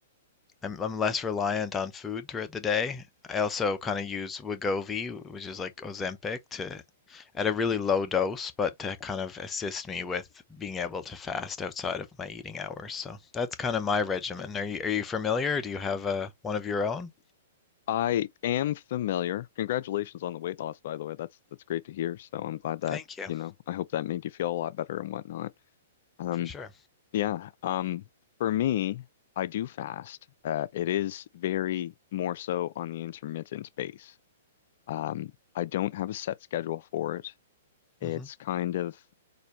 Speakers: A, on the left; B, on the left.
A: I'm, I'm less reliant on food throughout the day. I also kind of use Wegovy, which is like Ozempic, to at a really low dose, but to kind of assist me with being able to fast outside of my eating hours. So that's kind of my regimen. Are you are you familiar? Do you have a one of your own?
B: I am familiar. Congratulations on the weight loss, by the way. That's that's great to hear. So I'm glad that,
A: Thank you,
B: you know, I hope that made you feel a lot better and whatnot. Um,
A: for sure.
B: Yeah. Um, for me, I do fast. Uh, it is very more so on the intermittent base. Um, I don't have a set schedule for it. It's
A: hmm
B: kind of,